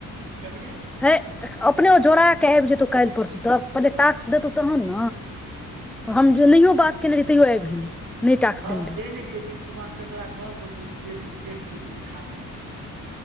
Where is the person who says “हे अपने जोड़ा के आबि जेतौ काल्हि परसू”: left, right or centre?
Centre